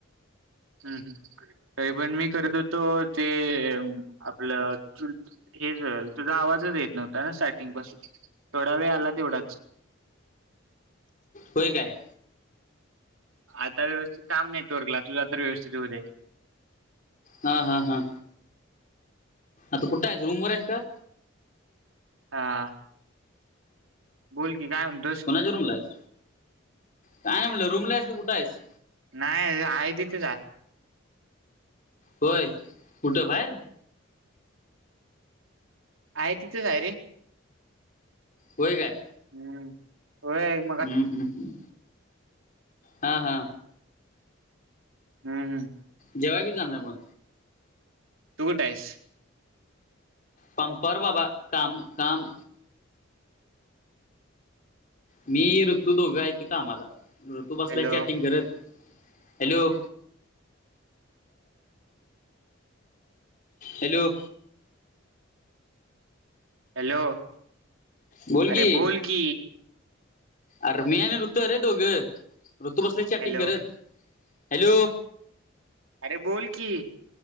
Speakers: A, on the right; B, on the left.
A: हम् ह तरी पण मी करत होतो ते आपलं हेच तुझा आवाजच येत नव्हता ना स्टार्टिंग पासून थोडा वेळ आला तेवढाच
B: होय काय
A: आता व्यवस्थित काांब नाही तोरला तुझ तर व्यवस्थित हो दे
B: हा हा हा आता कुठ आहे रूम वर आहेस का
A: हा बोल की काय म्हणतो
B: कोणाच्या रूमला आहेस काय नाही म्हटलं रूमला आहेस तर कुठं आहेस
A: नाही आहे तिथे जा
B: होय कुठं बाहेर
A: आहेय तिथझय रे
B: होय काय
A: हम्म व
B: हम्म हम्म हम् हा हा
A: हम् हम्
B: जेव्हा की जाणार मण
A: तु कुठ आहेस
B: पंपर बाबा काम काम मी ऋतू दोघं आहेत कामाला ऋतू बसलाय
A: हॅलो
B: चॅटिंग करत हॅलो हॅलो
A: हॅलो
B: बोलगी
A: अरे बोल की
B: अर मयाने रुत अरे दोघं ऋतू बसल्या चॅटिंग
A: हॅलो
B: करत हॅलो
A: अरे बोल की